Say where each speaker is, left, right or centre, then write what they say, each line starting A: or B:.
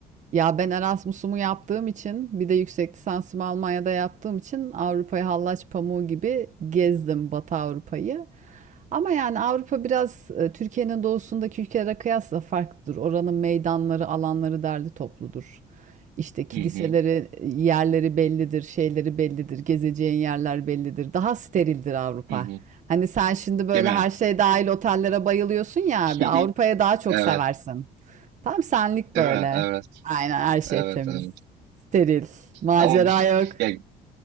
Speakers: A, on the right (about 45°); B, on the right (about 85°).
A: Ya ben Erasmus'umu yaptığım için bir de yüksek lisansımı Almanya'da yaptığım için Avrupa'yı hallaç pamuğu gibi gezdim Batı Avrupa'yı. Ama yani Avrupa biraz e, Türkiye'nin doğusundaki ülkelere kıyasla farklıdır. Oranın meydanları, alanları derli topludur. İşte kiliseleri,
B: Hı hı,
A: e, yerleri bellidir, şeyleri bellidir, gezeceğin yerler bellidir. Daha sterildir Avrupa.
B: hı hı.
A: Hani sen şimdi böyle
B: Değil mi?
A: her şey dahil otellere bayılıyorsun ya abi, Avrupa'ya
B: <laughs>
A: daha çok
B: Evet.
A: seversin. Tam senlik
B: Değil
A: böyle.
B: mi? Evet,
A: Aynen her şey
B: evet,
A: temiz.
B: evet.
A: Steril. Macera
B: Ama bir,
A: yok.
B: ya,